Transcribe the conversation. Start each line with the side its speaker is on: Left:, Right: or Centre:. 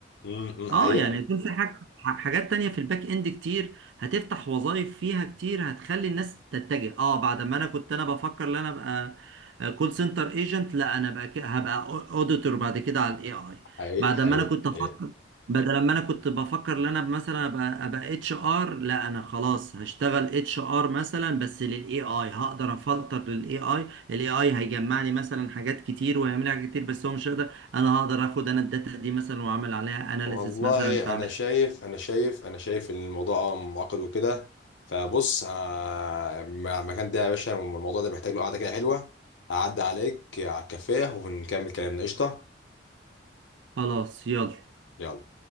Left: امم إمم، حقيقة
Right: اه يعني يكون في حاج... ح- حاجات تانية في الباك اند كتير هتفتح وظائف فيها كتير هتخلي الناس تتجه اه بعد ما انا كنت انا بفكر ان انا ابقى كول سنتر ايجنت لا انا بقى ك- هبقى اوديتور بعد كده على الاي اي
Left: حقيقة
Right: بعد
Left: حقيقة
Right: ما انا كنت افكر
Left: حقيقة
Right: بدل ما انا كنت بفكر ان انا مثلا ابقى ابقى اتش ار لا انا خلاص هشتغل اتش ار مثلا بس للاي اي هقدر افلتر للاي اي الاي اي هيجمعني مثلا حاجات كتير ويعمل لي حاجات كتير بس هو مش هيقدر انا هقدر اخد انا الداتا دي مثلا واعمل عليها اناليسيس
Left: والله
Right: مثلا فاعمل
Left: انا شايف انا شايف انا شايف ان الموضوع آه معقد وكده فبص آه، مع المكان ده يا باشا الموضوع ده محتاج له قعدة كده حلوة هعدي عليك على الكافيه ونكمل كلامنا قشطة
Right: خلاص يلا
Left: يلا